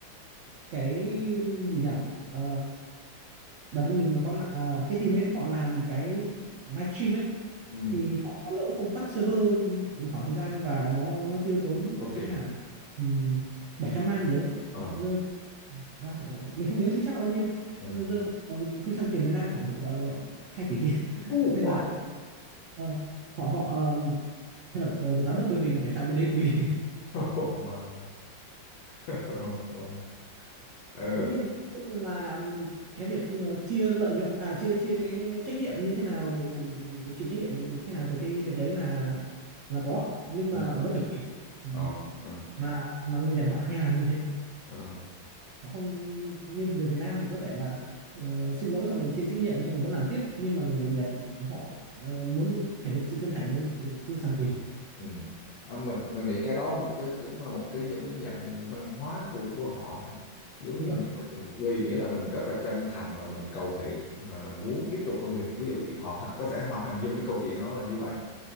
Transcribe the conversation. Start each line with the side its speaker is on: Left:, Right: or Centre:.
Right: cái gì nhỉ Ờ, đợt đấy mình có ờ, cái team ấy họ làm một cái livestream ấy
Left: ừ,
Right: thì họ có lỡ không tắt server một khoảng thời gian và nó nó tiêu tốn của
Left: tốn
Right: khách
Left: tiền
Right: hàng um, 700 man gì đấy
Left: ờ
Right: rơi à, họ, mình không nhớ chính xác là bao nhiêu
Left: à,
Right: nhưng rơi ờ, quy sang tiền Việt Nam khoảng uh, 2 tỷ <laughs>
Left: uh, wow
Right: thế là ờ, họ họ ờ, thế là ờ, giám đốc bên mình phải sang bên đấy quý
Left: <laughs> oh my <laughs> wow ờ
Right: dĩ nhiên là cái việc ờ, chia lợi nhuận à chia chia cái trách nhiệm như thế nào chịu trách nhiệm như thế nào về cái việc đấy là là có nhưng
Left: ừ,
Right: mà vẫn phải tùy Ừ.
Left: ờ ờ.
Right: mà mà người Nhật họ hay làm như thế
Left: ờ.
Right: họ không như người Việt Nam thì có thể là ờ, xin lỗi xong rồi chia trách nhiệm xong rồi vẫn làm tiếp nhưng mà người Nhật họ ờ, muốn thể hiện sự chân thành đấy ừ, cứ sang quỳ
Left: ừ. À, mình mình nghĩ cái đó một cái cũng là một cái giống cái dạng văn hóa của của họ thôi giống
Right: đúng
Left: như
Right: rồi
Left: nếu mà mình quy nghĩa là mình rất là chân thành và mình cầu thị mà mình muốn tiếp tục công việc ví dụ vậy họ có thể họ hình dung cái câu chuyện đó là như vậy